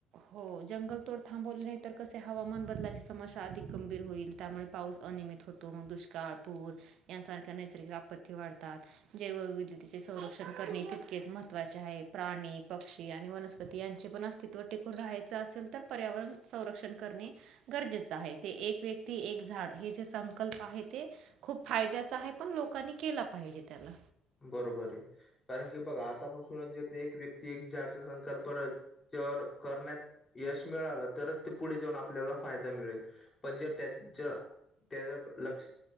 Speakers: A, on the right; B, on the left.
A: हो जंगल तोड थांबवली नाही तर कसे हवामान बदलाची समस्या अधिक गंभीर होईल त्यामुळे पाऊस अनियमित होतो मग दुष्काळपूर यांसारख्या नैसर्गिक आपत्ती वाढतात जैवविद्यतेचे संरक्षण करणे तितकेच महत्त्वाचे आहे. प्राणी पक्षी आणि वनस्पती यांचे पण अस्तित्व टिकून राहायचं असेल तर पर्यावरण संरक्षण करणे गरजेच आहे ते एक व्यक् ती एक झाड हे जे संकल्प आहे ते. खूप फायद्याच आहे पण लोकांनी केला पाहिजे त्याला
B: बरोबर आहे कारण की बघा आतापासूनच एक व्यक्ती एक झाडच संकल्पना. प्रकल्प जर करण्यात यश मिळालं तरच ते पुढे जाऊन आपल्याला. फायदा मिळेल पण जर त्या जर त्या लक्ष